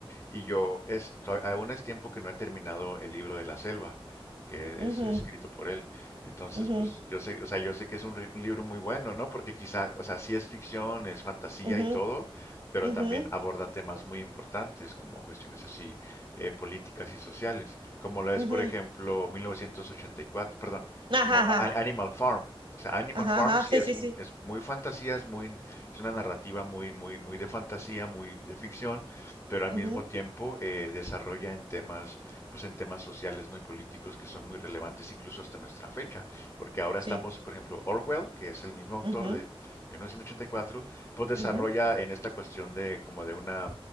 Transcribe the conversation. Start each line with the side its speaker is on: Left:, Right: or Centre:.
Left: y yo es, to- aún es tiempo que no he terminado el libro de la selva, que
Right: ujú,
Left: es escrito por él. Entonces,
Right: ujú,
Left: pues yo sé, o sea, yo sé que es un, ri- un libro muy bueno, ¿no? Porque quizá, o sea, sí es ficción, es fantasía
Right: ujú,
Left: y todo,
Right: ujú,
Left: pero
Right: ujú.
Left: también aborda temas muy importantes como cuestiones así eh, políticas y sociales, como lo es,
Right: Ujú.
Left: por ejemplo, 1984, perdón
Right: Ajá,
Left: como
Right: ajá,
Left: A-
Right: ajá,
Left: Animal Farm. O sea, Animal
Right: ajá,
Left: Farm
Right: ajá,
Left: sí
Right: sí,
Left: es,
Right: sí,
Left: m-
Right: sí,
Left: es muy fantasía, es muy, es una narrativa muy, muy, muy de fantasía, muy de ficción, pero al
Right: ujú,
Left: mismo tiempo eh, desarrolla en temas, pues en temas sociales, ¿no? y políticos que son muy relevantes incluso hasta nuestra fecha, porque ahora
Right: sí,
Left: estamos, por ejemplo, Orwell, que es el mismo autor
Right: ujú,
Left: de, de 1984, pues desarrolla
Right: ujú,
Left: en esta cuestión de como de una